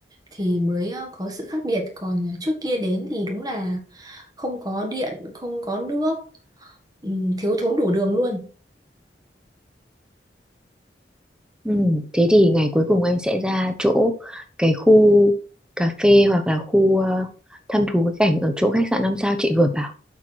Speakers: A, on the right; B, in the centre.
A: thì mới ờ, có sự khác biệt còn trước kia đến thì đúng là không có điện không có nước ừ, thiếu thốn đủ đường luôn
B: ừ, thế thì ngày cuối cùng anh sẽ ra chỗ cái khu cà phê hoặc là khu ờ, thăm thú cái cảnh ở chỗ khách sạn năm sao chị vừa bảo